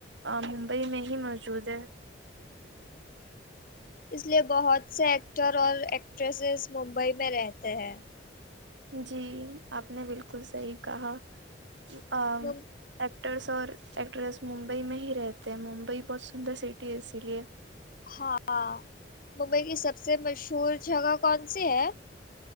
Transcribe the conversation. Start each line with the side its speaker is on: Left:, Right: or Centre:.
Right: آ ممبئی میں ہی موجود ہے
Left: اس لیے بہت سے ایکٹر اور ایکٹریسز ممبئی میں رہتے ہیں
Right: جی آپ نے بالکل صحیح کہا ام
Left: مم-
Right: ایکٹرس اور ایکٹریس ممبئی میں ہی رہتے ہیں ممبئی بہت سندر سٹی ہے اسی لیے
Left: ہاں ممبئی کی سب سے مشہور جگہ کون سی ہے